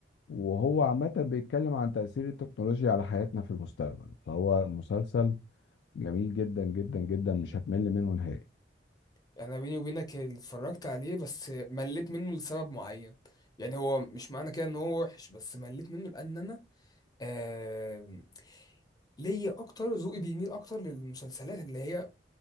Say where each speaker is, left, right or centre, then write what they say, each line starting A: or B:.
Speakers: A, on the left; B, on the left.
A: وهو عامة بيتكلم عن تأثير التكنولوجيا على حياتنا في المستقبل فهو مسلسل جميل جدا جدا جدا مش هتمل منه نهائي
B: يعني بيني وبينك اللي اتفرجت عليه بس مليت منه لسبب معين يعني هو مش معنى كده ان هو وحش بس مليت منه لان انا آم، ليا اكتر ذوقي بيميل اكتر للمسلسلات اللي هي